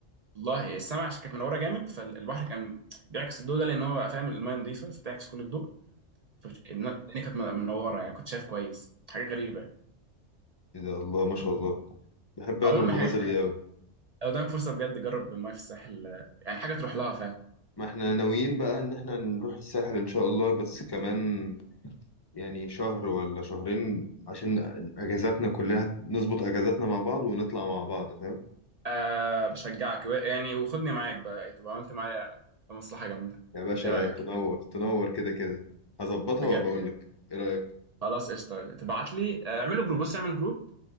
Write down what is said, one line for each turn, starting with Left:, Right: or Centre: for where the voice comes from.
Right: والله السماء عشان كانت منوره جامد فالبحر كان بيعكس الضوء ده لان هو فاهم المايه نضيفه فتعكس كل الضوء فالدنيا كانت من- منوره يعني كنت شايف كويس حاجه غريبه يعني
Left: ايه ده الله ما شاء الله بحب انا
Right: عموما
Left: المناظر
Right: من الحاجات اللي حلوه
Left: دي أوي
Right: لو قدامك فرصه بجد جرب المايه في الساحل آه، يعني حاجه تروح لها فعلا
Left: ما احنا ناويين بقى ان احنا نروح الساحل ان شاء الله بس كمان يعني شهر ولا شهرين عشان اجازاتنا كلها نظبط اجازاتنا مع بعض ونطلع مع بعض فاهم
Right: أه بشجعك و- يعني وخدني معاك بقى إيه، تبقى عملت معايا مصلحه جامده
Left: يا باشا
Right: ايه رايك
Left: تنور تنور كده كده هظبطها
Right: بجد
Left: وبقول لك ايه رأيك
Right: خلاص قشطه تبعت لي آه، اعملوا جروب بص اعمل جروب